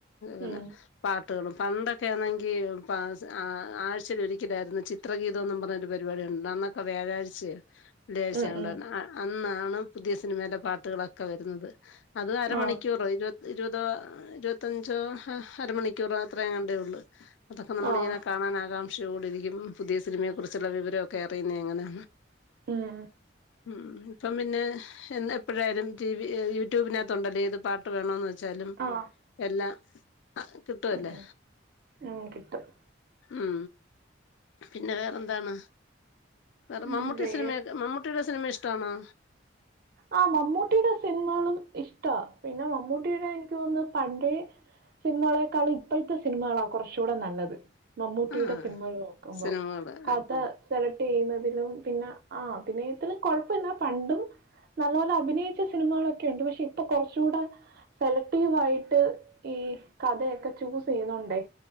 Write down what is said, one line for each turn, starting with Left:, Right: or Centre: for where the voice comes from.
Left: പിന്നെ
Right: ഉം
Left: പാ പട്ടുകളും പണ്ടോക്കെ ആണെങ്കി പ ആഴ്ചലൊരി ക്ക് തായിരുന്നു ചിത്രഗീതം എന്നു പറഞ്ഞൊരു പരിപാടി ഉണ്ടർന്നു അന്നൊക്കെ വ്യാഴാഴ്ചയാ ള്ളിയായ്ച്ച
Right: ഉം
Left: ആണ്ടര്ന്ന
Right: ഉം
Left: അന്നാ ആണ് പുതിയ സിനിമയിലെ പാട്ടുകളൊക്കെ വരുന്നത് അത് അരമണിക്കൂറോ
Right: ആഹ്
Left: ഇരു ഇരുപതോ ഇരുപത്തഞ്ചോ ഹ ഹ അര മണിക്കൂറേ അത്രേങ്ങണ്ടേ ഉള്ളൂ അതൊക്കെ നമ്മളിങ്ങനെ
Right: ആഹ്
Left: കാണാനാകാം കുടിരിക്കും പുതിയ സിനിമയെ കുറിച്ചുള്ള വിവരമൊക്കെ അറിയുന്നന് അങ്ങനെ
Right: ഉം
Left: ഉ ഇപ്പം പിന്നെ എ എപ്പോഴായാലും ടി വി യൂട്യൂബിനകത്തുണ്ടല്ലേ ഏത് പാട്ട് വേണോന്ന് വച്ചാലും
Right: ആഹ്
Left: എല്ലാം ആഹ് കിട്ടുവല്ലേ
Right: ഉം ഉം കിട്ടും.
Left: ഉം പിന്നെ വേറെന്താണ് വേറെ
Right: ഉം
Left: മമ്മുട്ടി
Right: വേറെ
Left: സിനിമൊക്കെ മമ്മൂട്ടിടെ സിനിമ ഇഷ്ട്ടാണോ
Right: ആ മമ്മൂട്ടിയുടെ സിനിമകളും ഇഷ്ടാ പിന്നെ മമ്മൂട്ടി ടെ എനിക്ക് തോന്ന് പണ്ടേ സിനിമളെക്കാളും ഇപ്പൾത്തെ സിനിമകളാ കുറച്ചൂടെ നല്ലത് മമ്മൂട്ടി
Left: ആ
Right: ടെ സിനിമള് നോക്കുമ്പോ
Left: സിനിമകള്
Right: കഥ സെലക്ട് ചെയ്യുന്നതിലും പിന്നെ ആ അഭിനയത്തില് കൊഴപ്പില്ല പണ്ടും നല്ലപോലെ അഭിനയിച്ച സിനിമകളൊക്കെ ഉണ്ട് പക്ഷെ ഇപ്പൊ കുറച്ചൂടെ സെലക്റ്റീവ് ആയിട്ട് ഈ കഥയൊക്കെ ചൂസ് ചെയ്യുന്നുണ്ടേ